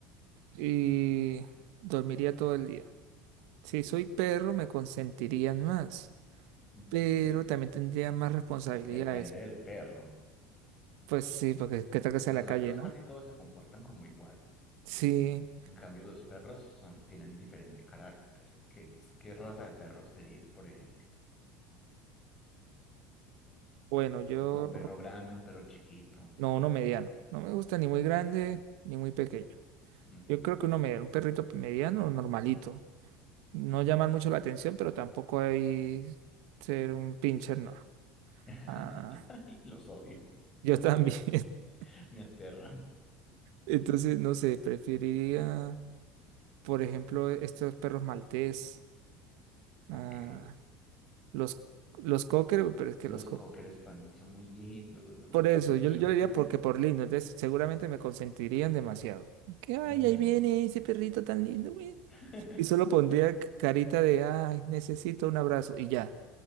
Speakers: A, on the right (about 65°); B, on the left (about 20°).
A: y dormiría todo el día. Si soy perro, me consentirían más,
B: Ujú.
A: pero también tendría más responsabilidades.
B: Depende del perro.
A: Pues sí, porque qué tal que sea
B: Los
A: la
B: gatos
A: calle, ¿no?
B: casi todos se comportan como igual.
A: Sí,
B: En cambio, los perros son, tienen diferente carácter. ¿Qué, es- qué raza de perro serías, por ejemplo?
A: bueno, yo
B: Un perro grande, un perro chiquito.
A: no, uno mediano. No me gusta ni muy grande
B: Eh,
A: ni muy pequeño.
B: ujú.
A: Yo creo que uno mediano, un perrito mediano o normalito. no llamar mucho la atención, pero tampoco hay ser un pincher, no.
B: <laughs>
A: Ah,
B: Ay, Los odio,
A: yo también. <laughs>
B: <laughs> me aterran.
A: Entonces, no sé, preferiría, por ejemplo, estos perros maltés, ah,
B: Ok.
A: los, los cocker, uy, pero es que
B: Los
A: los cocker.
B: cocker spaniels son muy lindos, me gustan
A: Por eso,
B: mucho.
A: yo, yo le diría
B: <laughs>
A: porque por lindo, entonces seguramente me consentirían demasiado. Que, ay,
B: Ujú.
A: ahí viene ese perrito tan lindo, güey.
B: <laughs>
A: Y solo pondría c- carita de, ay, necesito un abrazo y ya.